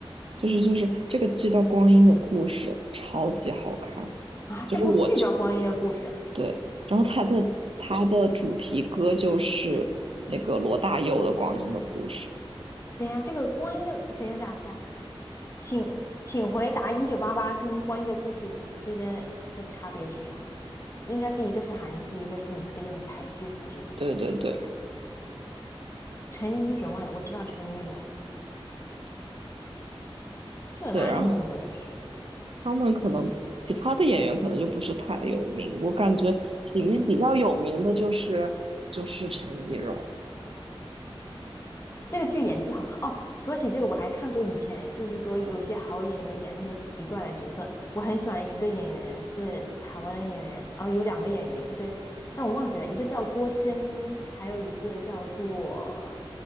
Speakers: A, on the right; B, on the left.
A: 就是就是这个剧叫《光阴的故事》，超级好看。
B: 啊，这部剧叫《光阴的故事》
A: 就是我觉对，然后它的它的主题歌就是那个罗大佑的《光阴的故事》。
B: 等一下，这个光阴的，等一下，等一下，等一下，请请回答《一九八八》跟《光阴的故事》之间的差别是什么？应该是一个是韩剧，一个是你推荐的台剧，还是什么？
A: 对对对
B: 陈怡蓉，哎，我知道陈怡蓉这个男的，
A: 对，然后
B: 我怎么不认识？
A: 他们可能其他的演员可能就不是太有名，我感觉里面比较有名的就是就是陈怡蓉，
B: 这个剧演技好吗？哦，说起这个，我还看过以前，就是说有些好演员演那些奇怪的角色。我很喜欢一个演员是台湾的演员，然后有两个演员，一个但我忘记了，一个叫郭珍妮，还有一个叫做